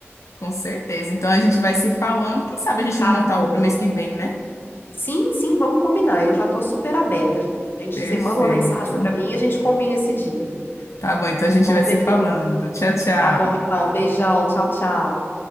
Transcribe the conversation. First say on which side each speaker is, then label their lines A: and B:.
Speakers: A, on the left; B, on the left.
A: Com certeza. Então a gente vai se falando, quem sabe a gente
B: Tá
A: não montar
B: bom.
A: algo pro mês que vem, né?
B: Sim, sim, vamos combinar. Eu já estou super aberta. Gente,
A: Perfeito.
B: você manda uma mensagem para mim e a gente combina esse dia.
A: Tá bom, então
B: Tá
A: a gente
B: bom,
A: vai se
B: minha
A: falando.
B: querida?
A: Tchau, tchau.
B: Tá bom, então. Beijão. Tchau, tchau.